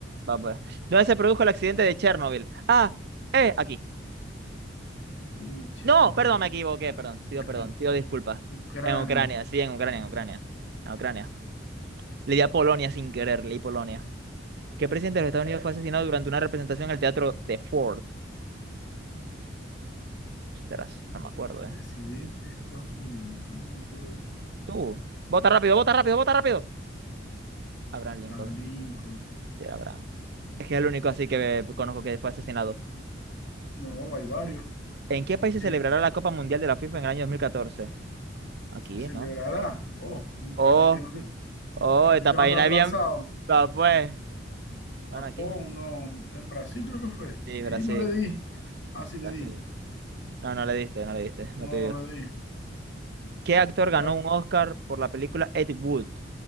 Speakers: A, on the right (about 60°); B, on the left (about 75°).
A: Va, pues. ¿Dónde se produjo el accidente de Chernobyl? Ah, eh, aquí.
B: <laughs> Uy, Chernobyl.
A: No, perdón, me equivoqué, perdón. Pido
B: Aquí.
A: perdón, pido disculpas.
B: Ucrania.
A: En Ucrania, sí, en Ucrania, en Ucrania. En Ucrania. Le di a Polonia sin querer, leí Polonia. ¿Qué presidente de los Estados Unidos fue asesinado durante una representación en el teatro de Ford? Ostras, no me acuerdo,
B: El presidente
A: ¿eh?
B: de Estados Unidos, Thomas George
A: Tú. Vota rápido, vota rápido, vota rápido. Abraham Lincoln.
B: Abraham Lincoln.
A: Sí, era Abraham. Es que es el único así que eh, conozco que fue asesinado.
B: No, hay varios.
A: ¿En qué país se
B: Eh,
A: celebrará la Copa Mundial de la FIFA en el año 2014? Aquí,
B: se celebrará.
A: ¿no?
B: Oh,
A: Oh,
B: casi que no sé,
A: oh,
B: casi
A: esta
B: que
A: página
B: no está atrasado.
A: es bien. Va, pues. Bueno,
B: Japón,
A: aquí.
B: no. En Brasil creo que fue.
A: Sí,
B: Sí,
A: Brasil.
B: no le di. Ah, sí le
A: Brasil.
B: di.
A: No, no le diste, no le diste.
B: No,
A: No te dio.
B: no le di.
A: ¿Qué actor
B: ¿Qué
A: ganó
B: ha-
A: un Oscar por la película Ed Wood?